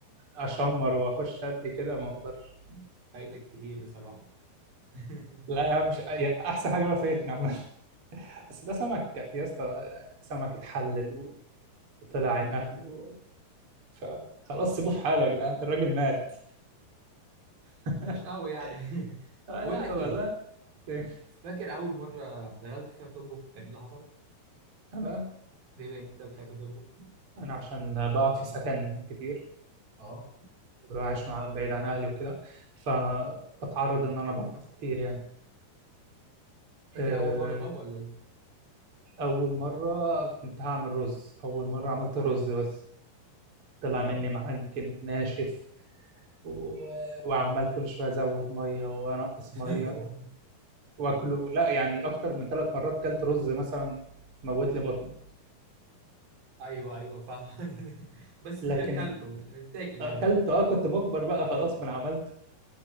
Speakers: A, on the right; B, on the right.
A: اشمر واخش ادي كده ما اقدرش
B: <laughs> فايتك كتير بصراحة <laughs>
A: لا يا عم مش يا- احسن حاجه بقى فايتني عامه بس <laughs> ده سمك يا اسطى سمك اتحلل و- وطلع عين اهله فخلاص سيبوه
B: مش
A: في حاله يا جدعان الراجل مات <laughs>
B: مش قوي يعني <laughs>
A: آه،
B: بقول
A: لا
B: لك
A: والله
B: ايه
A: <laughs> إيه،
B: فاكر أول مرة دخلت فيها تطبخ كان ايه اللي حصل؟
A: انا
B: بما إن أنت بتحب تطبخ
A: انا عشان بقعد في سكن كتير
B: اه
A: وعايش مع بعيد عن اهلي وكده فبتعرض ان انا بطبخ كتير يعني
B: فاكر
A: آه،
B: أول مرة طب ولا
A: اول مره كنت هعمل رز اول مره عملت رز بس طلع
B: ايه؟
A: مني معجن ناشف و... وعمال كل شويه ازود ميه وانقص
B: <laughs>
A: ميه و... واكله لا يعني اكتر من ثلاث مرات كلت رز مثلا موت لي بطني
B: ايوه ايوه فاهم <laughs> بس
A: لكن
B: كل كلته تاكل
A: اكلت
B: يعني
A: اه كنت مجبر بقى خلاص ما أنا عملت